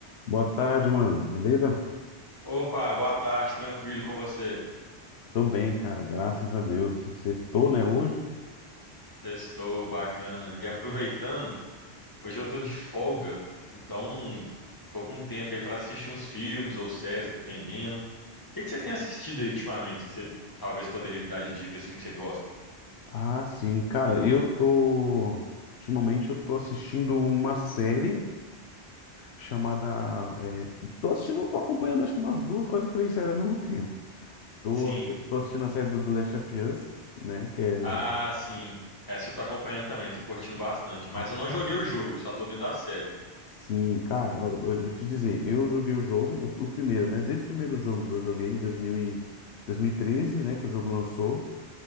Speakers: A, on the left; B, on the left.
A: Boa tarde, mano. Beleza?
B: Opa, boa tarde, tranquilo com você?
A: Tô bem, cara. Graças a Deus. Sextou, né, hoje?
B: Sextou, bacana. E aproveitando, hoje eu tô de folga, então tô com tempo aí pra assistir uns filmes ou séries, dependendo. O que que você tem assistido aí ultimamente que você talvez poderia me dar de dica assim que você gosta?
A: Ah, sim. Cara, eu tô. Ultimamente eu tô assistindo uma série chamada. é, Tô assistindo, tô acompanhando acho que umas duas, quase três séries ao mesmo <laughs> tempo. Tô,
B: Sim.
A: tô assistindo a série do The Last of Us, né? Que é.
B: Ah, sim. Essa eu tô acompanhando também, tô curtindo bastante, mas
A: Rapaz,
B: eu não joguei o jogo, só tô vendo a série.
A: Sim, cara, olha, eu vou te dizer, eu joguei o jogo, o, o primeiro, né? Desde o primeiro jogo que eu joguei, em dois mil e- 2013, né? Que o jogo lançou.